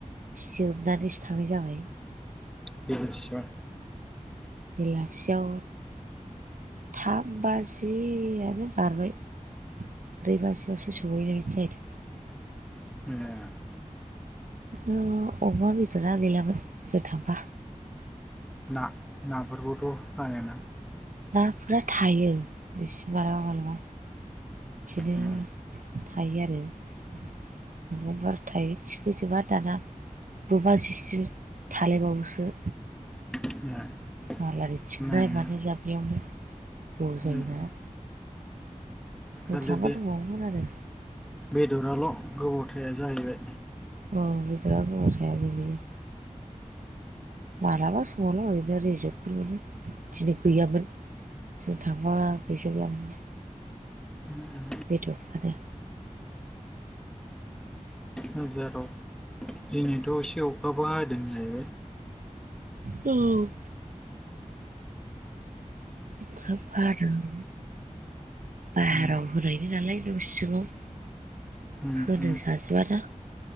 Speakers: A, on the right; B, in the centre.
A: जोबनानैसो थांनाय जाबाय।
B: <unintelligible>
A: बेलासियाव थाम बाजियानो बारबाय। ब्रै बासियावसो सहैनाय जाहैदों।
B: <unintelligible>
A: औ अमा बेदरा गैलामोन जों थांबा।
B: ना नाफोरखौथ' बानायोना
A: नाफोरा थायो एसे मालाबा मालाबा बिदिनो
B: उम
A: थायो आरो मैगंफोर थायो थिखोजोबा दाना द' बाजिसिम थालायबावोसो
B: <unintelligible>
A: माल गारि थिखोननाय
B: नाया
A: मानाय जाबनायावनो गोबाव
B: उम
A: जायोना।
B: खालि
A: जों थांबा
B: बे
A: दंबावो मोन आरो
B: बेदराल' गोबावथाया जाहैबाय
A: अ बेदरा गोबाव थाया देलै मालाबा समावल' ओरैनो रेजेकफोर मोनो। दिनै गैयामोन जों थांबा गैजोब्लामोन।
B: <unintelligible>
A: बेदर आरो
B: हाजाराव दिनैथ' एसे अखाबो हादों जाहैबाय
A: औ। खोब हादों। बाहाराव
B: उम
A: होनायनि नालाय न' सिङाव
B: उम
A: होनो
B: उम
A: जाजोबाना